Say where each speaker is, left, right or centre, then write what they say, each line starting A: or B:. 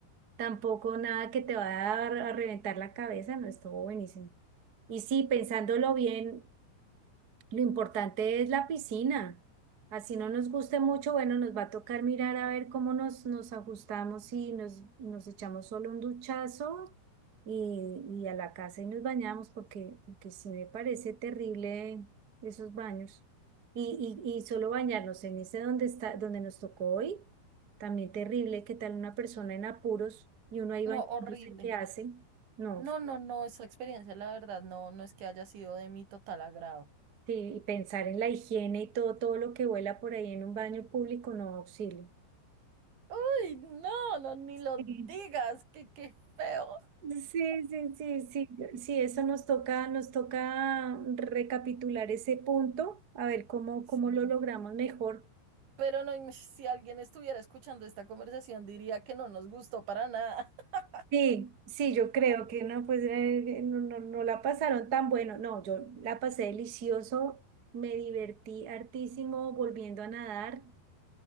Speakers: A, on the right; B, on the right.
A: tampoco nada que te va a, dar- a reventar la cabeza, no, estuvo buenísimo. Y sí, pensándolo bien. Lo importante es la piscina. Así no nos guste mucho, bueno, nos va a tocar mirar a ver cómo nos, nos ajustamos y nos, nos echamos solo un duchazo y, y a la casa y nos bañamos porque, porque sí me parece terrible esos baños. Y, y, y solo bañarnos en ese donde está, donde nos tocó hoy, también terrible, ¿qué tal una persona en apuros y uno ahí
B: No,
A: bañándose,
B: horrible.
A: ¿qué hace? No,
B: No, no, no, esa experiencia, la verdad, no, no es que haya sido de mi total agrado.
A: Sí, y pensar en la higiene y todo, todo lo que vuela por ahí en un baño público, no auxilio.
B: Uy, no, no, ni lo
A: Sí.
B: digas, que qué feo.
A: Sí, sí, sí, sí, yo- sí, eso nos toca, nos toca recapitular ese punto, a ver cómo,
B: Sí.
A: cómo lo logramos mejor.
B: Pero no, im- si alguien estuviera escuchando esta conversación diría que no nos gustó para nada. <laughs>
A: Sí, sí, yo creo que no, pues eh, no, no, no la pasaron tan bueno, no, yo la
B: Sí.
A: pasé delicioso, me divertí hartísimo volviendo a nadar.